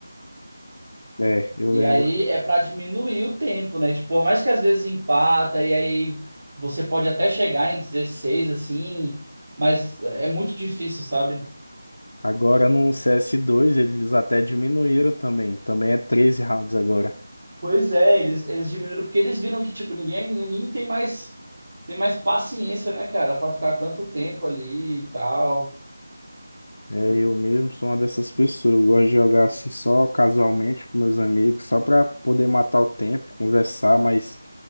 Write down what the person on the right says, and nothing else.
E
aí é para diminuir o tempo, né? Tipo, por mais que às vezes empata, e aí você pode até chegar em 16, assim, mas é muito difícil, sabe?
Pois é, eles, eles diminuíram porque eles viram que, tipo, ninguém, ninguém tem mais, tem mais paciência, né, cara, pra ficar tanto tempo ali e tal.